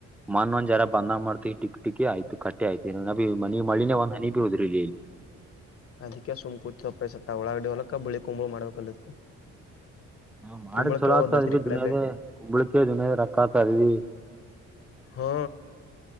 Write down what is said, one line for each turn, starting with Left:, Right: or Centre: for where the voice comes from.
Centre: ಮನ್ ಒಂದ್ ಜರ ಬಂದ ಮಾಡ್ತ ಟಕ್ ಟಿ ಆಯತು ಕಟ್ಟಿ ಆಯ್ತ ನ ಮಳಿನೇ ಒಂದು ಹನಿ ಹುದ್ರ ಇಲ್ಲಿ ಇಲ್ಲಿ ಹ
Left: ಅದಕ್ಕೆ ಸುಮ ಕೂತ್ ಸತ್ತ ಒಳಗಡಿ ಹೊಲಕ್ಕ ಬಳಿ ಕುಂಬು ಮಾಡ್ಬೇಕಲ್ಲಿತ್ತು
Centre: ಹೂ ಮಾಡಿ
Left: ಕುಂಬಳಕ್ಕೆ
Centre: ಚಲೋ
Left: ಯಾವ
Centre: ಆತ
Left: ದಸರಿ
Centre: ಅದ್ವಿ ದದುನಿಯದ
Left: ಕಡೆ ಬೇ
Centre: ಕುಂಬಳಿಕೆ ದದುನಿಯದ ರೊಕ್ಕ ಆತ ಅದ್ವಿ
Left: ಹಾ